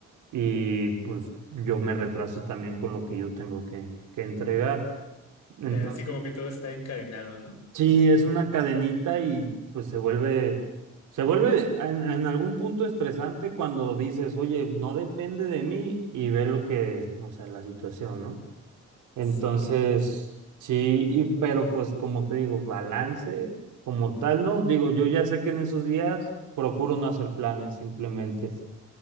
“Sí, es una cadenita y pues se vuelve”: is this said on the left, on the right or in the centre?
Right